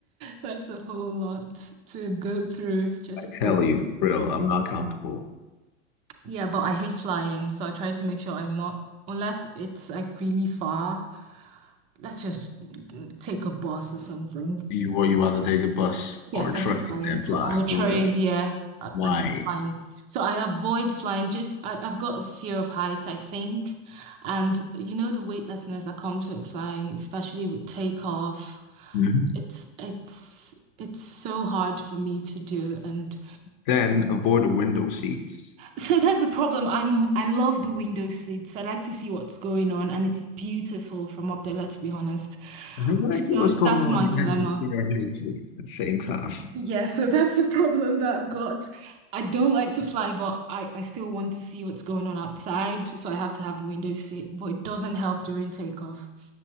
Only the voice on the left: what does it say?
I tell
you, for real, I'm not comfortable.
You or you rather take a bus
or a
train
and fly
for real.
Why?
Mhm.
Then avoid the window seats.
I don't really see
what's going
on
in
here at the same time.